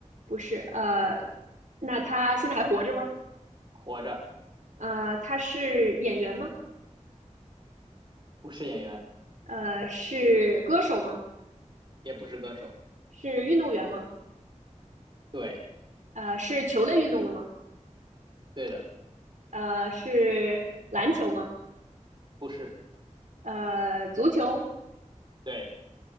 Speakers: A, on the right; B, on the right.
A: 不是。呃，那他现在还活着吗？
B: 活着，
A: 呃，他是演员吗？
B: 不是演员，
A: 呃，是歌手吗？
B: 也不是歌手。
A: 是运动员吗？
B: 对，
A: 呃，是球类运动的吗？
B: 对的，
A: 呃，是篮球吗？
B: 不是，
A: 呃，足球，
B: 对，